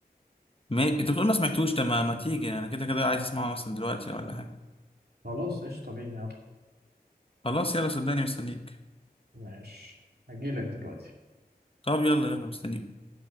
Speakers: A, on the left; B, on the right.
A: ما... انت بتقول ما سمعتوش ده ما... ما تيجي انا كده كده عايز اسمعه مثلا دلوقتي ولا حاجه
B: خلاص قشطة بينا يلا
A: خلاص يلا صدقني مستنيك
B: ماشي هجيلك دلوقتي
A: طب يلا يلا مستنيك